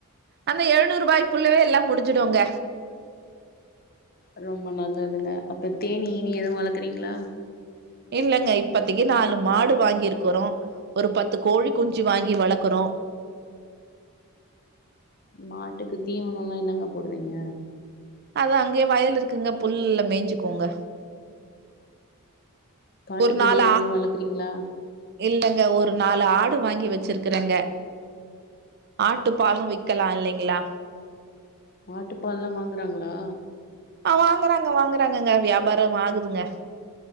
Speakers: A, on the right (about 45°); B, on the left (about 45°).
A: அந்த எழ்நூற்ரூபாய்க்குள்ளவே எல்லா முடுஞ்சுடுங்க
B: ரொம்ப நல்லதுங்க அப்ப தேனி கீனி எது வளக்றீங்ளா
A: இல்லங்க இப்பதைக்கு நாலு மாடு வாங்கிருக்குறோ ஒரு பத்து கோழி குஞ்சு வாங்கி வளக்கறோ
B: மாட்டுக்கு தீவனல்லா என்னங்க போட்றீங்க
A: அத அங்கயே வயல் இருக்குங்க புல்ல மேஞ்சுக்குங்க
B: காட்டுக்கோழினா
A: ஒரு நாலு ஆ
B: எது வளக்கறீங்ளா
A: இல்லங்க ஒரு நாலு ஆடு வாங்கி வச்சிருக்கறங்க ஆட்டு பாலு விக்கலா இல்லைங்ளா
B: ஆட்டுப்பால்லா வாங்றாங்ளா
A: ஆ வாங்கறாங்க வாங்கறாங்கங்க வியாபாரம் ஆகுதுங்க